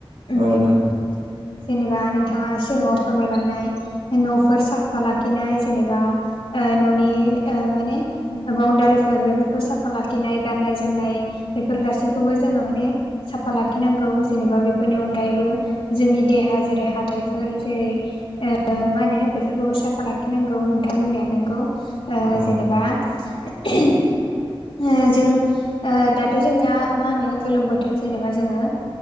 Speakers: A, on the left; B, on the right.
A: उम
B: औ नोंथां
A: जेनेबा नोंथाङा सिगाङाव फोरमायलांनाय न'फोर साफा लाखिनाय जेनेबा ओ न'नि ओ माने बाउण्डारिफोर बेफोरखौ साफा लाखिनाय गाननाय जोमनाय बेफोर गासैखौबो जोङो माने साफा लाखिनांगौ जेनेबा बेफोरनि अनगायैबो जोंनि देहा जेरै हाथाइफोर जेरै ओ मा होनो बेफोरखौबो साफा लाखिनांगौ नोंथां बुंनाया नोंगौ ओ
B: औ
A: जेनेबा <unintelligible> ओ जों ओ दा थ' जोंनिया मा होनो गोलोम बोथोर जेनेबा जोङो